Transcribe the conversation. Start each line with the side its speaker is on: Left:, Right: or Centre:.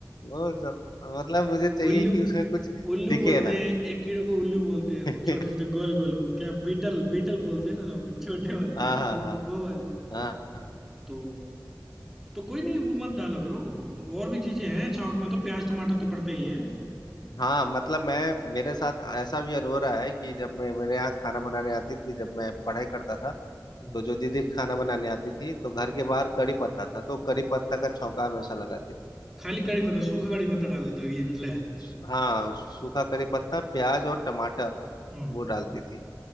Left: वो सब- मतलब मुझे चाहिए
Centre: उल्लू
Left: कि उसमें कुछ
Centre: उल्लू
Left: दिखे
Centre: बोलते
Left: ना
Centre: हैं एक कीड़े को उल्लू बोलते हैं
Left: <laughs>
Centre: वो छोटे छोटे गोल गोल वो क्या बीटल बीटल बोलते हैं ना वो छोटे वाले
Left: हाँ
Centre: हैं
Left: हाँ
Centre: वो
Left: हाँ
Centre: वो वाले
Left: हाँ हाँ
Centre: तो तो कोई नहीं वो मत डाला करो और भी चीजें हैं छौंक में तो प्याज टमाटर तो पड़ता ही है
Left: हाँ, मतलब मैं मेरे साथ ऐसा भी अनुभव रहा है कि जब मैं मेरे यहाँ खाना बनाने आती थी जब मैं पढ़ाई करता था
Centre: हम्म
Left: तो जो दीदी खाना बनाने आती थी तो घर के बाहर कड़ी पत्ता था तो कड़ी पत्ता का छौंका हमेशा लगाती थी
Centre: खाली कड़ी पत्ता सूखा कड़ी पत्ता डाल देते हो ये मतलब है।
Left: <laughs> हाँ सूखा कड़ी पत्ता प्याज और टमाटर
Centre: हम्म।
Left: वो डालती थी